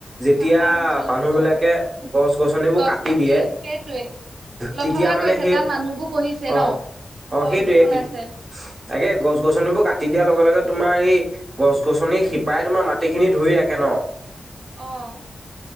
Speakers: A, on the right; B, on the right.
A: যেতিয়া
B: পাহাৰ অঞ্চলত
A: মানুহ বিলাকে
B: অ
A: গছ-গছনিবোৰ
B: গছ
A: কাটি
B: কাটে
A: দিয়ে
B: সেইটোৱে। লথঙা
A: তেতিয়া মানে
B: কৰিছে,
A: সেই
B: তাত মানুহবোৰ বহিছে ন
A: অ', অ',
B: ঘৰবোৰ
A: সেইটোয়ে
B: বনাইছে
A: তাকে গছ-গছ ছ, গছনিবোৰ কাটি দিয়াৰ লগে, লগে তোমাৰ এই গছ-গছনি শিপাই তোমাৰ মাটি খিনি ধৰি ৰাখে ন।
B: অ'।